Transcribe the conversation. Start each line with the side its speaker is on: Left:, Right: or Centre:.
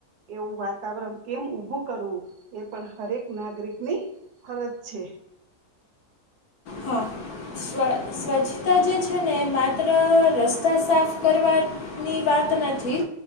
Right: એવું વાતાવરણ કેમ ઊભું કરવું એ પણ હરેક નાગરિકની ફરજ છે.
Left: હા. સ્વ સ્વચ્છતા જે છે ને એ માત્ર રસ્તા સાફ કરવા ની વાત નથી.